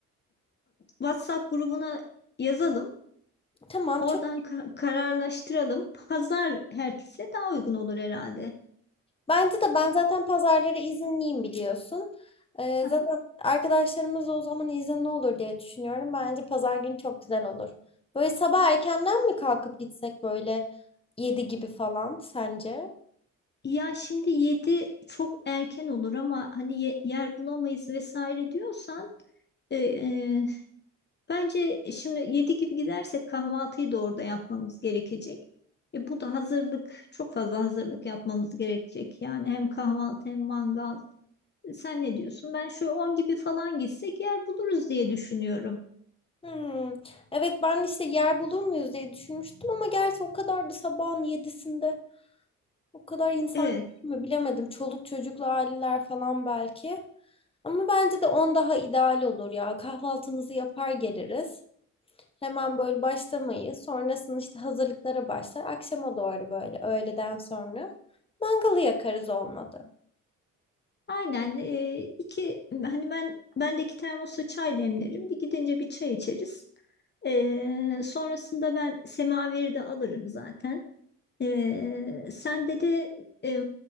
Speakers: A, on the left; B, on the left.
A: WhatsApp grubuna yazalım.
B: Tamam,
A: Oradan
B: çok
A: ka- kararlaştıralım. Pazar herkese daha uygun olur herhalde.
B: Bence de ben zaten pazarları izinliyim biliyorsun. Ee,
A: Aha.
B: zaten arkadaşlarımız da o zaman izinli olur diye düşünüyorum. Bence pazar günü çok güzel olur. Böyle sabah erkenden mi kalkıp gitsek böyle 7 gibi falan sence?
A: Ya şimdi yedi çok erken olur ama hani ye- yer bulamayız vesaire diyorsan e, e, bence şimdi 7 gibi gidersek kahvaltıyı da orada yapmamız gerekecek. E, bu da hazırlık çok fazla hazırlık yapmamız gerekecek. Yani hem kahvaltı hem mangal. Sen ne diyorsun? Ben şöyle 10 gibi falan gitsek yer buluruz diye düşünüyorum.
B: Hmm. Evet ben işte yer bulur muyuz diye düşünmüştüm ama gerçi o kadar da sabahın yedisinde. O kadar insan
A: Evet.
B: mü bilemedim. Çoluk çocuklu aileler falan belki. Ama bence de on daha ideal olur ya. Kahvaltımızı yapar geliriz. Hemen böyle başlamayız. Sonrasında işte hazırlıklara başlar. Akşama doğru böyle öğleden sonra mangalı yakarız olmadı.
A: Aynen e, iki hani ben bendeki termosa çay demlerim. Bir gidince bir çay içeriz. E, sonrasında ben semaveri de alırım zaten. E, sen de e,